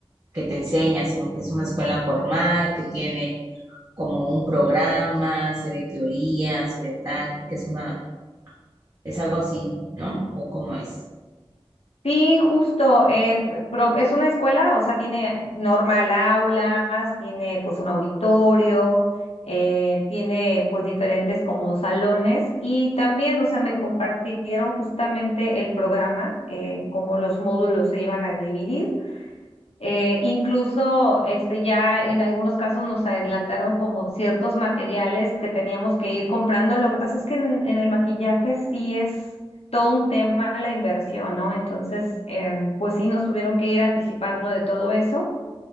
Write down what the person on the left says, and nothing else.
Sí, justo. eh, pro- es una escuela, o sea, tiene normal aulas, tiene pues un auditorio, eh, tiene pues diferentes como salones y también, o sea, me compartieron justamente el programa, eh, cómo los módulos se iban a dividir. Eh, incluso este, ya en algunos casos nos adelantaron como ciertos materiales que teníamos que ir comprando. Lo que pasa es que en, en el maquillaje sí es todo un tema la inversión, ¿no? Entonces, em, pues sí nos tuvieron que ir anticipando de todo eso.